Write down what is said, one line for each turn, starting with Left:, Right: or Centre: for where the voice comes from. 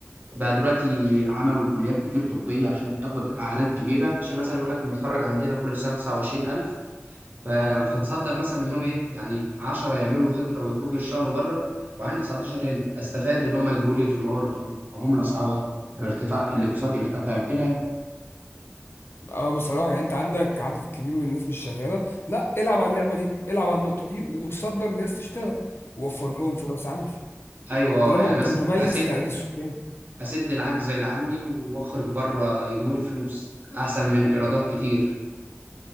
Right: بقى دلوقتي عملوا كليات كتير طبية عشان تاخد أعداد كبيرة عشان مثلا يقول لك نتخرج عندنا كل سنة 29000 ف- فهتصدر مثلا منهم ايه يعني 10 يعملوا هجره ويخرجوا يشتغلوا بره وعندي 19 هنا استفاد اللي هم يجيبوا لي دولار عمله صعبه الارتفاع الاقتصاد يرتفع كده
Left: اه بصراحه يعني انت عندك عدد كبير من الناس مش شغاله لا العب على اللعبه دي العب على النقطه دي وصدر ناس تشتغل ووفر لهم فرص عمل
Right: ايوه
Left: طالما
Right: يعني
Left: انت
Right: مثلا
Left: متميز
Right: اسد
Left: في تعداد السكان
Right: اسد العجز اللي عندي واخرج بره يجيبوا لي فلوس احسن من ايرادات كتير